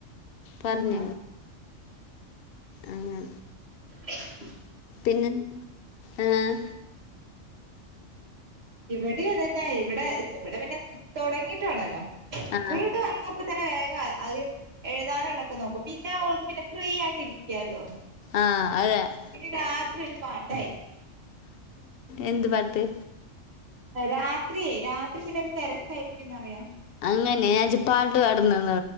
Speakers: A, on the left; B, on the right.
A: പറഞ്ഞ
B: ആഹ്
A: അങ്ങെ
B: മ്മ്മ്
A: പിന്നെന്താ ഏഹ
B: ഇവിടെയ തന്നെ ഇവിടെ ഇവിടെ പിന്നെ തുടങ്ങിയിട്ടാണല്ലോ സ്കൂളിലട്ട്
A: ആ
B: വന്ന ഇപ്പ തന്നെ വേഗം അത് എഴുതാനുള്ളൊക്കെ നോക്കും പിന്നെ അവക്ക് പിന്നെ ഫ്രീ ആയിട്ട് ഇരിക്കല്ലോ
A: ആ അതെ
B: ഇ രാത്രി ഒരു പാട്ടായിരിക്കും
A: എന്ത് പാട്ട്
B: രാത്രി രാത്രി പിന്നെരു തിരക്കായിരിക്കുംന്ന്റിയ
A: അങ്ങനെ ഞാൻ വിചാരിച്ചു പാട്ട് പാടുന്നു